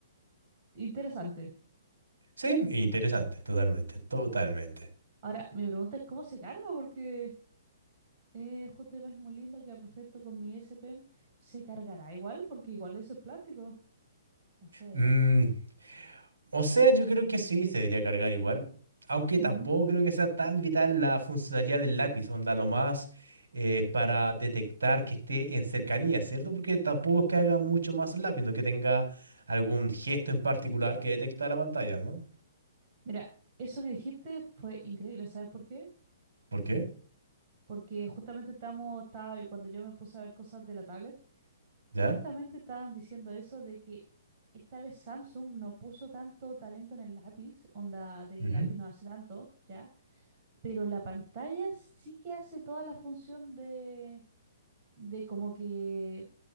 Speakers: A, on the right; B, on the right.
A: interesante.
B: Sí, interesante, totalmente, totalmente.
A: Ahora, mi pregunta es cómo se carga, porque... Eh, justo imagen muy lindo, queda perfecto con mi SPM. Se cargará igual, porque igual eso es plástico. No sé,
B: Mm,
A: ¿eh?
B: o sea, yo creo que sí, se debería cargar igual, aunque
A: Ujú.
B: tampoco creo que sea tan vital la funcionalidad del lápiz, onda lo más eh, para detectar que esté en cercanía, ¿cierto? Porque tampoco es que haga mucho más el lápiz, no que tenga algún gesto en particular que detecta la pantalla, ¿no?
A: Mira, eso que dijiste fue increíble, ¿sabes por qué?
B: ¿Por qué?
A: Porque justamente estamos, estaba, cuando yo me puse a ver cosas de la tablet, justamente
B: ¿Ya?
A: estaban diciendo eso de que esta vez Samsung no puso tanto talento en el lápiz, onda de que
B: Ujú.
A: el lápiz no hace tanto, ¿ya? Pero la pantalla sí que hace toda la función de, de como que